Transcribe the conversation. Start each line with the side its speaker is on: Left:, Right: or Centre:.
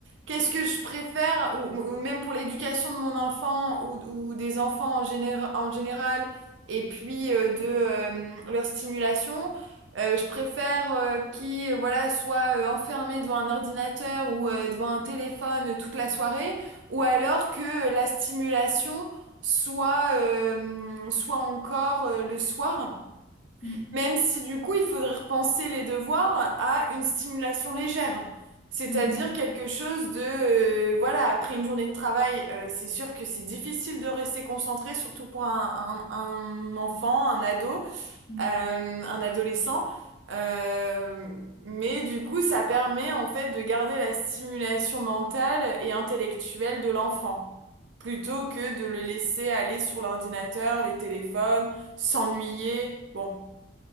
Right: Qu'est-ce que je préfère, ou, ou même pour l'éducation de mon enfant ou, ou des enfants en général, en général, et puis euh, de euh, leur stimulation, euh, je préfère euh, qu'ils euh, voilà, soient euh, enfermés devant un ordinateur ou euh, devant un téléphone euh, toute la soirée, ou alors que euh, la stimulation soit, euh, soit encore euh, le soir.
Left: mm,
Right: Même si du coup, il faudrait repenser les devoirs à une stimulation légère. C'est-à-dire
Left: mm,
Right: quelque chose de, euh, voilà, après une journée de travail, euh, c'est sûr que c'est difficile de rester concentré, surtout pour un, un- un enfant, un ado,
Left: mm, mm.
Right: euh, un adolescent. Euh, mais du coup, ça permet en fait de garder la stimulation mentale et intellectuelle de l'enfant, plutôt que de le laisser aller sur l'ordinateur, les téléphones, s'ennuyer. Bon.